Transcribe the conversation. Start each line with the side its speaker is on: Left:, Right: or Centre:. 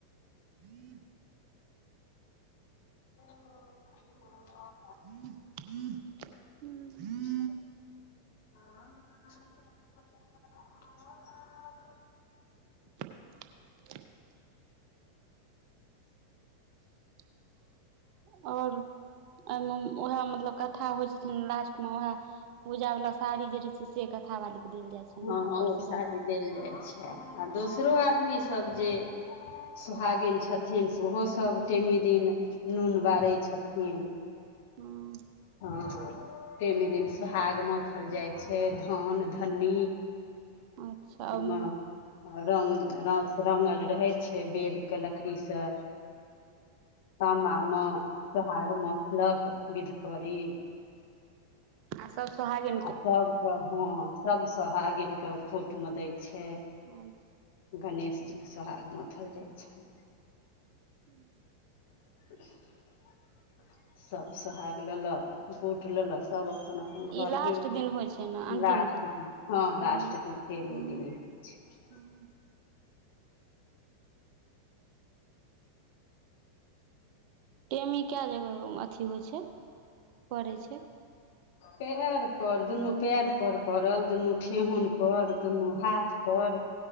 Right: <inaudible>
Left: <inaudible>
Right: ह ह हू <unintelligible>
Left: ह <unintelligible>
Right: <inaudible> <inaudible> आओर एहिमे उएह मतलब कथा होइ छथिन लास्टमे उएह पूजा वाला साड़ी जे रहै छै से कथा बाली के देल जाय छै ने
Left: हँ हाँ
Right: आओर
Left: ओ
Right: सीधा
Left: साड़ी देल जाय छै
Right: हूँ
Left: आ दोसरो आ आदमी सब जे सोहागिन छथिन से ओहो सब टेमी दिन नून बारै
Right: अच्छा
Left: छथिन
Right: हूँ
Left: हँ टेमी दिन सोहाग मथल जाइ छै धन ध नी
Right: अच्छा हूँ
Left: म रंग र रंगल रहै छै बेल के लकड़ी सँ तामबा मे सोहाग मथलक बिधकरी
Right: आ सब सोहागीन
Left: आ सब के हँ सब सोहागिन के ओ खुट मे दै छै
Right: अच्छा
Left: गणेश जी के सोहाग मथल जाइ छनि
Right: उ
Left: <inaudible> सब सोहाग लेल बूट लेल सब अपन अपन पन
Right: ई
Left: घर
Right: लास्ट
Left: गेल
Right: दिन होइ छै ने अन्तिम
Left: लास्ट दिन हँ लास्ट
Right: हूँ
Left: दिन टेमी
Right: हूँ
Left: दिन होइ छै
Right: हूँ टेमी कए जगह अथी होइ छै पड़ै छै
Left: पेड़ पर दुनू पेड़ पर पड़ल दुनू ठेहुन पर दुनू हाथ पर